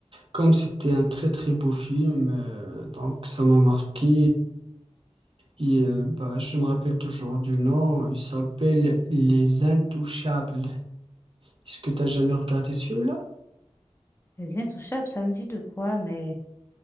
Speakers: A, on the right; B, on the left.
A: comme c'était un très très beau film, euh, donc ça m'a marqué. Et, et, euh, bah, je me rappelle toujours du nom. Il s'appelle Les Intouchables. Est-ce que tu as jamais regardé ce film-là?
B: Les Intouchables, ça me dit de quoi, mais